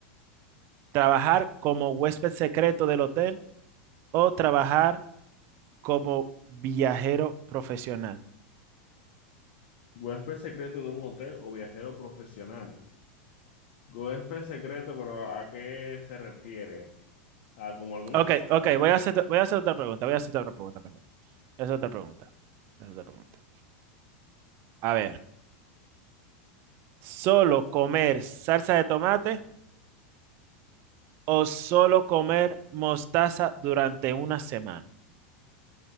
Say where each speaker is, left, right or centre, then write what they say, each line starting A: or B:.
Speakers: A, on the right; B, on the left.
A: ¿Trabajar como huésped secreto del hotel o trabajar como viajero profesional?
B: Huésped secreto de un hotel o viajero profesional. Huésped secreto, pero ¿a qué se refiere? ¿A como algún
A: Ok,
B: espía
A: ok,
B: o algo
A: voy
B: así?
A: a hacer, voy a hacer otra pregunta, voy a hacer otra pregunta, mejor. Voy a hacer otra pregunta. voy a hacer otra pregunta. A ver, ¿solo comer salsa de tomate? o solo comer mostaza durante una semana.